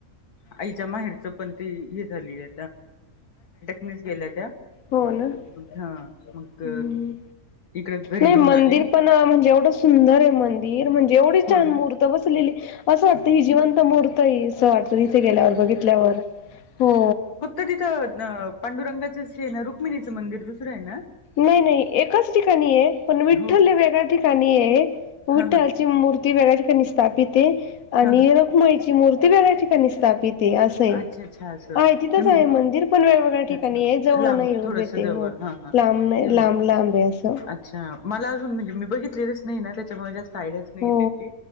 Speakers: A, on the left; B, on the left.
A: आईच्या माहेरचं, पण ती हे झालीये मिस गेल्या त्या
B: हो नं,
A: हा
B: हुम्म्म.
A: मग इकडे घरी
B: नई
A: घेऊन
B: मंदिर
A: आले
B: पण, म्हणजे एवढं सु सुंदर ए मंदिर! म्हणजे एवढी
A: हो
B: छान
A: ना
B: मुर्त बसवलेली, असं वाटतं ही जिवंत मुर्त ए ही. असं वाटतं तिथे गेल्यावर, बघितल्यावर, हो.
A: तर तिथं नं पांडुरंगाचंच हे ना, रुक्मिणीचं मंदिर दुसरं आहे ना
B: नई नई एकाच ठिकाणी ए. पण विठ्ठल
A: हो
B: हे वेगळ्या ठिकाणी ए, विठ्ठलाची
A: हा हा
B: मूर्ती वेळ्या ठिकाणी स्थापित हे, आणि
A: हा हा
B: रखुमईची मूर्ती वेगळ्या ठिकाणी स्थापित ते असं ए.
A: अच्छा अच्छा असं
B: आहे तिथंच आहे मंदिर, पण वेगवेगळ्या
A: लांब
B: ठिकाणी हे, जवळ नाईये
A: थोडस
B: उभे ते,
A: जवळ
B: हो.
A: हा हा
B: लांब नाई,
A: नाही
B: लांब लांब ए असं
A: अच्छा, मला अजून म्हणजे, मी बघितलेलंच नई ए ना त्याच्यामुळे जास्त आयडियाच नाही
B: हो,
A: त्याची